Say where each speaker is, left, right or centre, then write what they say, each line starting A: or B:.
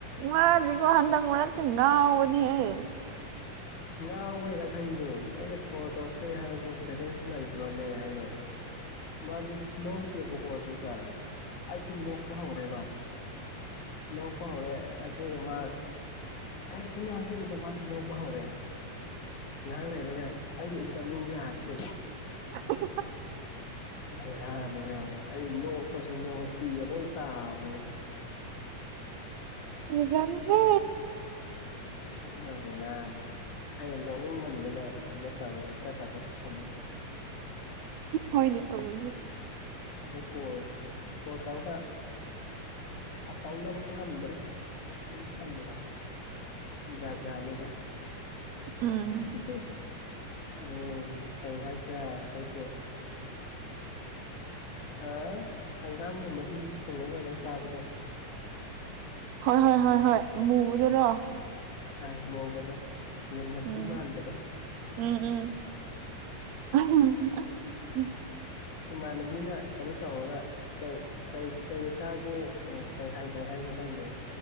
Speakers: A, on the right; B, on the left.
A: ꯃꯥꯗꯤꯀꯣ ꯍꯟꯗꯛ ꯃꯔꯛꯇꯤ ꯉꯥꯎꯕꯅꯤꯍꯦ
B: ꯉꯥꯎꯕꯩꯔ ꯈꯪꯗꯦ ꯑꯩꯅ ꯀꯣꯜ ꯇꯧꯁꯦ ꯍꯥꯏꯕꯕꯨ ꯚꯦꯂꯦꯟꯁ ꯂꯩꯕ꯭ꯔꯣꯅꯦ ꯍꯥꯏꯌꯦ ꯃꯥꯗꯤ ꯅꯣꯛꯇꯦꯕꯀꯣ ꯑꯗꯨꯗ ꯑꯩꯁꯨ ꯅꯣꯛꯄ ꯍꯧꯔꯦꯕ ꯂꯣꯛꯄ ꯍꯧꯔꯦ ꯑꯗꯨ ꯃꯥ ꯀꯔꯤꯅꯤ ꯍꯧꯖꯤꯛꯀꯤꯗ ꯃꯥꯁꯤ ꯅꯧꯕ ꯍꯧꯔꯛꯑꯦ ꯉꯥꯏꯍꯥꯛ ꯂꯩꯔꯒ ꯑꯩꯒꯤ ꯏꯟꯀꯝꯗꯤ ꯌꯥꯗ꯭ꯔꯦ
A: <inaudible>
B: ꯦꯔꯥꯅꯤꯒ ꯑꯩ ꯅꯣꯛꯄꯁꯤ ꯅꯣꯛ ꯄꯤꯒ ꯂꯣꯏ ꯅꯤ
A: ꯖꯅꯤꯍꯦ
B: ꯎ ꯑꯚꯔꯥ ꯑꯩꯅ ꯂꯧꯅꯤꯡꯃꯟꯗꯅ ꯀꯩꯅꯣ ꯇꯧꯔꯒ ꯏꯟꯁꯇꯥ ꯀ꯭ꯂꯥꯁꯇ ꯊ
A: ꯍꯣꯏꯅ ꯇꯧꯕꯒꯦ
B: ꯑꯗ ꯀꯣꯜ ꯀꯣꯜ ꯇꯧꯔꯒ ꯐꯥꯎꯅꯕ ꯉꯝꯗ꯭ꯔꯦ ꯑꯗꯨꯝ ꯊꯝꯒ꯭ꯔꯦ ꯖꯥꯠ ꯖꯥꯠꯅꯤꯗ <unintelligible>
A: ꯎꯝ
B: ꯎꯝ ꯀꯩꯁꯥꯡ ꯆꯥꯢ ꯅꯣꯏꯗꯤ ꯑ ꯍꯪꯒꯥꯝꯒꯤ ꯃꯍꯤ ꯁꯨꯡꯉꯒ ꯑꯗꯨꯝ ꯆꯥꯕꯗꯣ
A: ꯍꯣꯏ ꯍꯣꯏ ꯍꯣꯏ ꯍꯣꯏ ꯃꯨꯕꯗꯨꯔꯣ
B: ꯍꯥꯏ ꯃꯨꯕꯗꯣ ꯌꯦꯟ ꯃꯊꯤ
A: ꯎꯝ
B: ꯃꯥꯟꯕꯗꯣ
A: ꯎꯝ ꯎꯝ <unintelligible>
B: ꯏꯃꯥꯟꯅꯕꯤꯅ ꯀꯩꯅꯣ ꯇꯧꯔꯒ ꯀꯩ ꯀꯩ ꯀꯩꯆꯥꯒꯦ ꯑꯦ ꯀꯩ ꯍꯥꯏ ꯀꯥꯏ ꯍꯥꯏꯕꯅꯣ ꯈꯪꯗꯦ